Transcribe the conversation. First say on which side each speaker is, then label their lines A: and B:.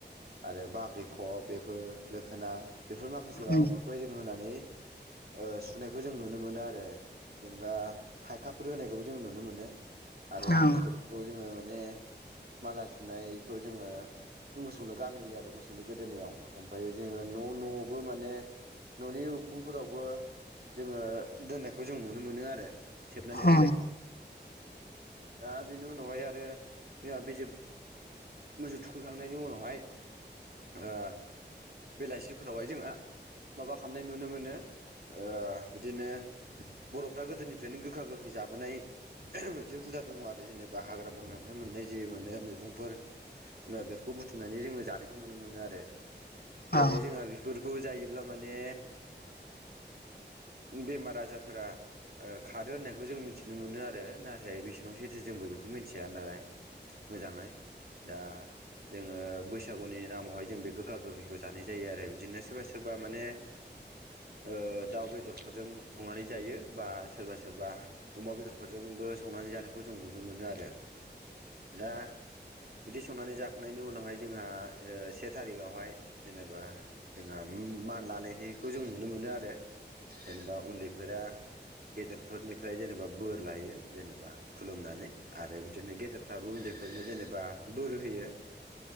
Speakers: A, on the right (about 55°); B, on the left (about 60°).
A: आरो बाब्रि खब बेफोर लोखोना बेफोर माखासे माबाफोरखौहाय
B: ओं
A: जोंङो होना नै ओ सुनायखौ जों नुनो मोनो आरो जेनेबा थाइखाफोर होनायखौबो जों नुनो मोनो आरो
B: ओं
A: बेफोरखौ जोङो मा ने माला सुनायखौ जोङो मोसौनो गानहोयो आरो मोसौनि गोदोनायाव ओमफाय जोङो न' न'आवबो माने न'नि उखुमफोरावबो जोङो दोननायखौ जों नुनो मोनो आरो थेबनानै
B: ओं
A: दोननायखौ दा बेनि उनावहाय आरो जोंहा बे जे मोसौ थुखैखांनायनि उनावहाय ओ बेलासिफोरावहाय जोंहा माबा खालामनाय नुनो मोनो ओ बिदिनो बर'फ्रा गोदोनिफ्रायनो गोखा गोखै जाबोनाय मोनसे हुदा दङ आरो जेनेबा हाग्रा बंग्रानिफ्राय मोननाय जि मोन मैगंफोर जेनेबा बेफोरखौ बुथुमनानै जोङो जानायखौ नुनो मोनो मोनो आरो जेरै
B: ओं
A: जोंहा बेफोरखौ जायोब्ला माने बेमारा जायफोरा खारो होननायखौ जों मिथिनो मोनो आरो नाथाय बेसेबां सथो जोंबो बेखौ मिथिया नालाय मोजाङै दा जोङो बैसागुनि नामावहाय जों बे गोखा गोखैखौ जानाय जायो आरो बिदिनो सोरबा सोरबा माने ओ दाउ बेदरफोरजों संनानै जायो बा सोरबा सोरबा अमा बेदरफोरजोंबो संनानै जानायखौ जों नुनो मोनो आरो दा बिदि संनानै जाखांनायनि उनावहाय जोंहा से थारिखावहाय जेनेबा जोंहा मान लानायनायखौ जों नुनो मोनो आरो जेनेबा फोरा गेदेरफोरनिफ्राय जेनेबा बोर लायो जेनेबा खुलुमनानै आरो बिदिनो गेदेरफ्राबो उन्दै फोरनो जेनेबा बोर होयो